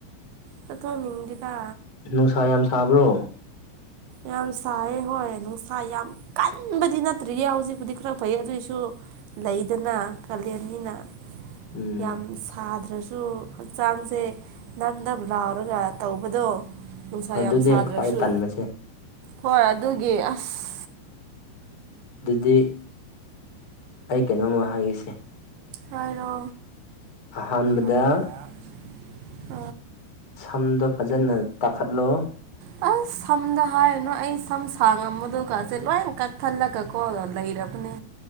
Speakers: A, on the right; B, on the left.
A: ꯆꯠꯊꯣꯛꯅꯤꯡꯗꯦꯗ
B: ꯅꯨꯡꯁꯥ ꯌꯥꯝ ꯁꯥꯕ꯭ꯔꯣ
A: ꯌꯥꯝ ꯁꯥꯏ ꯍꯣꯏ ꯅꯨꯡꯁꯥ ꯌꯥꯝ ꯀꯟꯕꯗꯤ ꯅꯠꯇ꯭ꯔꯤꯌꯦ ꯍꯧꯖꯤꯛꯄꯨꯗꯤ ꯈꯔ ꯐꯩꯌꯦ ꯑꯗꯨꯑꯣꯏꯁꯨ ꯂꯩꯗꯅ ꯀꯥꯂꯦꯟꯅꯤꯅ
B: ꯎꯝ
A: ꯌꯥꯝ ꯁꯥꯗ꯭ꯔꯁꯨ ꯍꯛꯆꯥꯡꯁꯦ ꯅꯞ ꯅꯞ ꯂꯥꯎꯔꯒ ꯇꯧꯕꯗꯣ ꯅꯨꯡꯁꯥ
B: ꯑꯗꯨꯅꯦ
A: ꯌꯥꯝ ꯁꯥꯗ꯭ꯔꯁꯨ
B: ꯈ꯭ꯋꯥꯏ ꯇꯟꯕꯁꯦ
A: ꯍꯣꯏ ꯑꯗꯨꯒꯤ ꯑꯁ
B: ꯑꯗꯨꯗꯤ ꯑꯩ ꯀꯩꯅꯣꯝꯃ ꯍꯥꯏꯒꯦꯁꯦ
A: ꯍꯥꯏꯔꯣ
B: ꯑꯍꯥꯟꯕꯗ
A: ꯑ <inaudible>
B: ꯁꯝꯗꯣ ꯐꯖꯅ ꯇꯥꯈꯠꯂꯣ
A: ꯍꯣ <unintelligible> ꯑꯁ ꯁꯝꯗ ꯍꯥꯏꯔꯨꯅꯨ ꯑꯩ ꯁꯝ ꯁꯥꯡꯉꯝꯕꯗꯨꯒꯁꯦ ꯂꯣꯏ ꯀꯛꯊꯠꯂꯒꯀꯣ ꯂꯩꯔꯕꯅꯦ